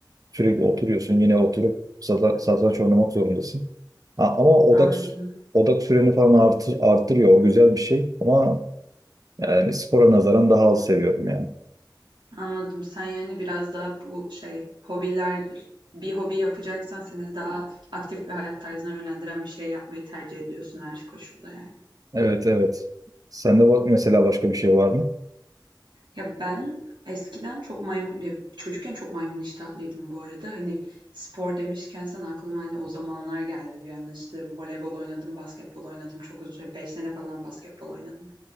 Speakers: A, on the right; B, on the right.
A: sürekli oturuyorsun yine oturup sata- satranç oynamak zorundasın. Ha, ama odak
B: anladım.
A: odak süreni falan artır, arttırıyor. O güzel bir şey ama yani spora nazaran daha az seviyorum yani.
B: Anladım. Sen yani biraz daha bu şey hobiler bir hobi yapacaksan seni daha aktif bir hayat tarzına yönlendiren bir şey yapmayı tercih ediyorsun her koşulda yani.
A: Evet evet. Sende bak mesela başka bir şey var mı?
B: Ya ben eskiden çok maymun, ya çocukken çok maymun iştahlıydım bu arada. Hani spor demişken sen aklıma hani o zamanlar geldi bir anda işte voleybol oynadım, basketbol oynadım. Çok uzun süre 5 sene falan basketbol oynadım.